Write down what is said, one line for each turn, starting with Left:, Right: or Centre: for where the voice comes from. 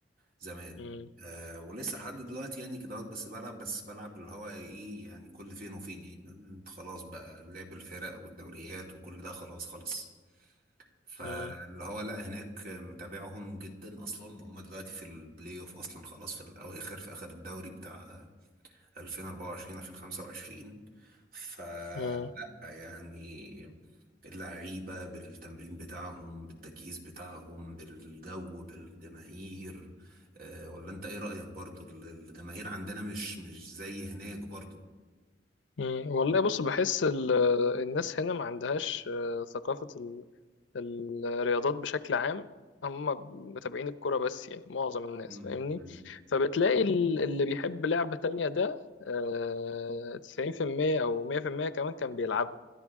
Right: زمان
Left: مم.
Right: أه ولسه لحد دلوقتي يعني كده بس بلعب بس بلعب اللي هو ايه يعني كل فين وفين يعني م- خلاص بقى لعب الفرق والدوريات وكل ده خلاص خلاص فاللي
Left: مم.
Right: هو لا هناك متابعهم جدا اصلا هم دلوقتي في البلاي اوف اصلا خلاص في الاواخر في اخر الدوري بتاع 2024 2025 فلا
Left: مم.
Right: يعني اللعيبة بالتمرين بتاعهم بالتجهيز بتاعهم بالجو بالجماهير آه، ولا انت ايه رأيك برضو الجماهير عندنا مش مش زي هناك برضو
Left: مم. والله بص بحس ال... الناس هنا ما عندهاش آه، ثقافة ال... الرياضات بشكل عام هم متابعين الكرة بس يعني معظم الناس
Right: مم.
Left: فاهمني
Right: مم.
Left: فبتلاقي ال- اللي بيحب لعبة تانية ده آه، 90% أو 100% كمان كان بيلعبها